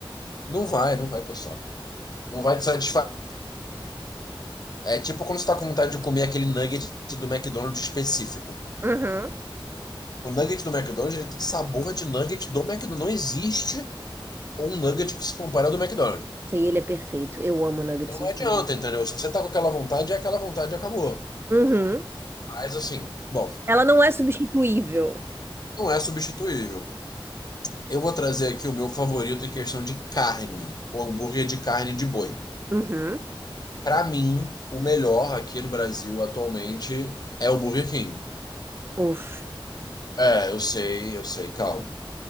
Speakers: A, on the left; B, on the right.
A: Não vai, não vai coçar. Não vai te satisfazer. É tipo quando você tá com vontade de comer aquele nugget do McDonald's específico.
B: Uhum.
A: O nugget do McDonald's ele tem sabor de nugget do McDonald's. Não existe um nugget que se compare ao do McDonald's.
B: Sim, ele é perfeito. Eu amo nuggets
A: Então
B: no
A: não adianta,
B: filme.
A: entendeu? Se você tá com aquela vontade, é aquela vontade e acabou.
B: Uhum,
A: Mas assim, bom,
B: Ela não é substituível.
A: não é substituível. Eu vou trazer aqui o meu favorito em questão de carne, o hambúrguer de carne de boi.
B: uhum,
A: Para mim, o melhor aqui no Brasil atualmente é o Burger King.
B: Uf,
A: É, eu sei, eu sei, calma.